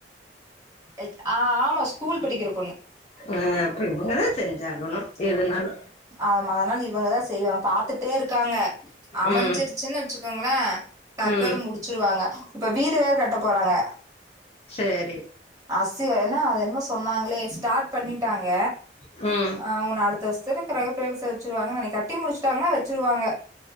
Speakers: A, on the right (about 20°); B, on the left (about 35°).
A: எச் ஆ ஆமா ஸ்கூல் படிக்கிற பொண்ணு
B: ஆ அப்ப ‌இவங்க தா செஞ்சாகணோ எதுனாலூ
A: ஆமா அதனால இவங்கதா செய்வாங்க பாத்துட்டே இருக்காங்க அமைஞ்சிருச்
B: ம்
A: சூ வச்சுக்கோங்களோ டக்கனு
B: ம்
A: முடிச்சிருவாங்க இப்ப வீடு வேற கட்ட போறாங்க
B: சேரி
A: ஆசியெ என்னா அது என்னமோ சொன்னாங்களே ஸ்டார்ட் பண்ணிட்டாங்க
B: ம்
A: ஆ உன்ன அடுத்த வருஷத்துக்கு கிறகப்ப பிரேசத்த வச்சிருவாங் நெனைக்க கட்டி முடிச்சிட்டாங்கனா வச்சிருவாங்க